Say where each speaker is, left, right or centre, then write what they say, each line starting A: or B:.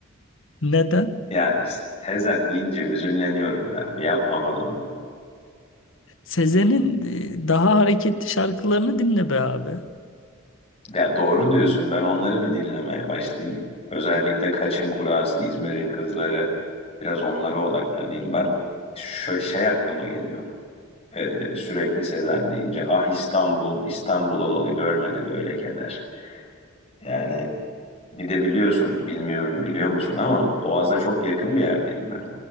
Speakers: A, on the left; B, on the left.
A: Neden?
B: Yani Sezen deyince hüzünleniyorum be abi yapma bana bunu.
A: Sezen'in e, daha hareketli şarkılarını dinle be abi.
B: Ya doğru diyorsun ben onları bir dinlemeye başlayayım. Özellikle Kaçın Kurası, İzmir'in Kızları biraz onlara odaklanayım ben. Şu, şey aklıma geliyor Ee, sürekli Sezen deyince ah İstanbul, İstanbul olalı görmedi böyle keder. Yani Bir de biliyorsun, bilmiyorum biliyor musun ama Boğaz'a çok yakın bir yerdeyim ben.